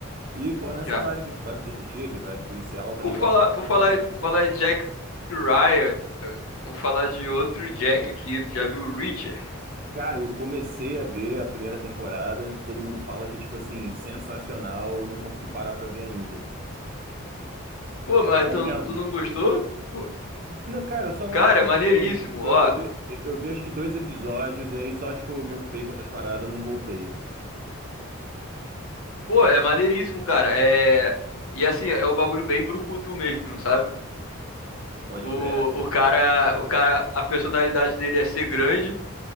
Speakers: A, on the right; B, on the left.
A: E, pô, nessa
B: Já.
A: vibe, vibe detetive, vibe policial, eu também
B: Por falar,
A: gosto de
B: por
A: comédia.
B: falar, falar de Jack Ryan, vamos falar de outro Jack aqui. Tu já viu o Richard?
A: Cara, eu comecei a ver a primeira temporada, todo mundo fala que, tipo assim, sensacional, eu não consegui parar pra ver ainda.
B: Pô,
A: É
B: mas
A: bom
B: tu,
A: mesmo?
B: tu não gostou? Pô,
A: Não, cara, eu só não,
B: cara,
A: não acompanhei.
B: é maneiríssimo,
A: Tipo,
B: ó.
A: Eu, eu, dei- eu eu vi acho que dois episódios e aí só, tipo, me ocupei com outras paradas, não voltei.
B: Pô, é maneiríssimo, cara. É. E assim, é um bagulho bem brucutu mesmo, sabe?
A: Pode
B: O,
A: crer.
B: o cara, o cara, a personalidade dele é ser grande.